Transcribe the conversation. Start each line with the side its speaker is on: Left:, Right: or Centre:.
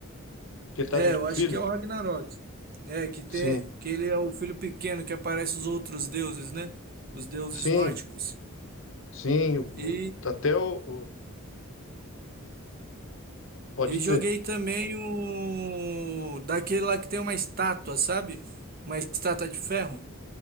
Left: Que ele tá
Right: é,
Left: junto
Right: eu
Left: com o
Right: acho
Left: filho?
Right: que é o Ragnarok. É, que tem
Left: Sim,
Right: que ele é o filho pequeno que aparece os outros deuses, né? Os deuses
Left: sim,
Right: nórdicos.
Left: sim, o-
Right: E
Left: o- até o, o- pode
Right: e joguei
Left: dizer.
Right: também o daquele lá que tem uma estátua, sabe? Uma estátua de ferro,